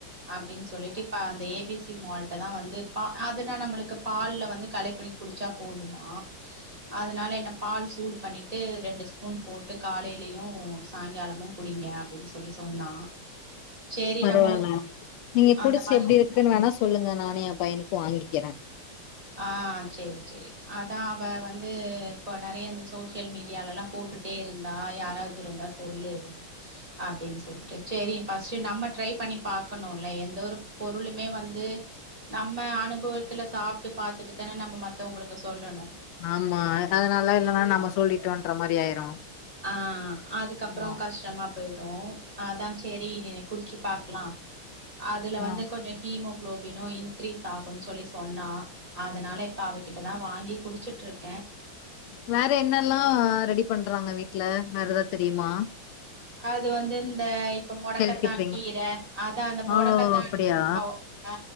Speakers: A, on the right (about 15°); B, on the left (about 85°).
A: அப்டின்னு சொல்லிட்டு இப்ப அந்த ஏபிசி மால்ட்ட தா வந்து பா அதுனா நம்மளுக்கு பால்ல வந்து கலைக்கி குடிச்சா போதுமா அதனால என்ன பால் சூடு பண்ணிட்டு ரெண்டு ஸ்பூன் போ ட்டு காலையிலயு சாயங்காலமு குடிங்க அப்டின்னு சொல்லி சொன்னா சேரி
B: பரவால
A: நம்ம ஒரு
B: நீங்க
A: அந்த
B: குடிச்சு
A: மாரி
B: எப்டி இருக்குன்னு வேணா சொல்லுங்க நானு எ பையனுக்கு வாங்கிக்கிற
A: ஆ சேரி சேரி அதா அவ வந்து இப்போ நெறலய இந்த சோசியல் மீடியாலல்லா போட்டுட்டே இருந்தா யாராவது இருந்தா சொ சொல்லு அப்டின்னு சொல்லிட்டு சேரி ஃபர்ஸ்ட்டு நம்ம ட்ரை பண்ணி பாக்கணுல்ல எந்த ஒரு பொருளுமே வந்து நம்ம அனுபவத்துல சாப்ட்டு பாத்துட்டு தான நம்ம மத்தவுங்களுக்கு சொல்லணு
B: ஆமா அதனால இல்லன்னா நம்ம
A: ஆ
B: சொல்லிட்டோன்ற மாரி ஆயிரு
A: ஆ அதுக்கப்பறோ
B: ஆ
A: கஷ்டமா போயிடு அதா சேரி குடிச்சு பாக்கலா அதுல
B: ஆ
A: வந்து கொஞ்சோ ஹீமோ குளோபினு இன்கிரீஸ் ஆகுனு சொல்லி சொன்னா அதனால இப்ப அவகிட்டதா வாங்கி குடிச்சுட்டுருக்கே
B: வேற என்னல்லா ரெடி பண்றாங்க வீட்ல வேற எதாவது தெரியுமா
A: அது வந்து இந்த இப்ப மொடக்கத்தான்
B: ஹெல்தி ட்ரிங்க்ஸ்
A: கீர அதா அந்த
B: ஓ
A: மொடக்கத்தான்
B: அப்டியா
A: பவு அ